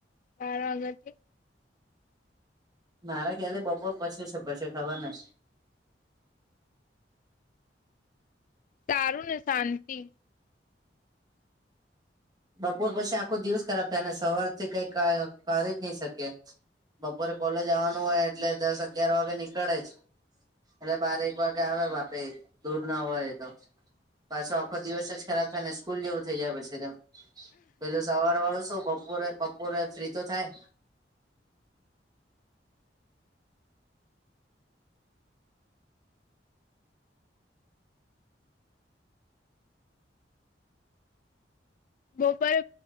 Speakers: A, on the left; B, on the right.
A: બાર ઑગસ્ટથી
B: મારા ખ્યાલથી બપોર પછી છે પછી ખબર નય
A: સારું ને શાંતિ
B: બપોર પછી આખો દિવસ ખરાબ થાય ને સવારથી કઈ કરી જ ની સકે બપોરે કોલેજ આવવાનું હોય એટલે દસ અગિયાર વાગે નીકળે જ એટલે બાર એક વાગે આવે વાપી દૂર ના હોઈ તો પાછો આખો દિવસ જ ખરાબ થાય ને સ્કૂલ જેવું થઇ જાય પછી તો પેલું સવાર વળુશું બપોરે બપોરે ફ્રી તો થાય
A: બપોરે